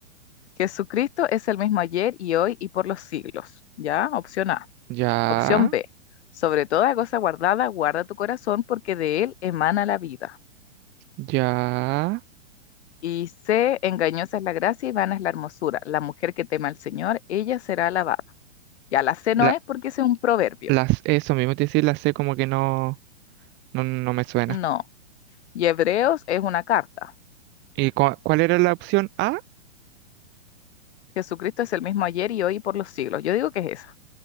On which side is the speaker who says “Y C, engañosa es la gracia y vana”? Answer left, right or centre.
Left